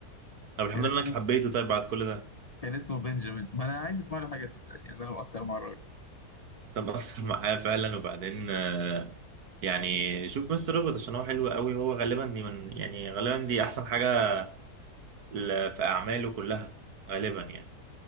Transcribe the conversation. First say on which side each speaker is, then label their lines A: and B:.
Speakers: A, on the right; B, on the left.
A: طب الحمد
B: كان اسمه
A: لله انك حبيته طيب بعد كل ده
B: كان اسمه بنجامين ما انا عايز اسمع له حاجه صدقني يعني انا مقصر مع الراجل
A: طب <laughs> اثر معايا فعلا وبعدين آه، يعني شوف مستر روبوت عشان هو حلو قوي هو غالبا دي من يعني غالبا دي احسن حاجه ل- في أعماله كلها غالبا يعني